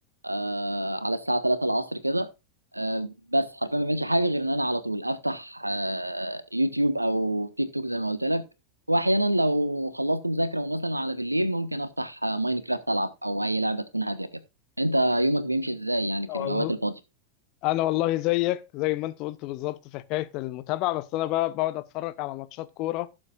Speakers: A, on the right; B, on the left.
A: آه، على الساعه 3 العصر كده آه، بس حرفيا ما بعملش حاجه غير ان انا على طول افتح آه، يوتيوب او تيك توك زي ما قلت لك واحيانا لو خلصت مذاكره ومثلا على بالليل ممكن افتح ماينكرافت العب او اي لعبه تكون هاديه كده انت يومك بيمشي ازاي يعني
B: مم.
A: في الاوقات الفاضيه
B: انا والله زيك زي ما انت قلت بالظبط في حكايه المتابعه بس انا بقى بقعد اتفرج على ماتشات كوره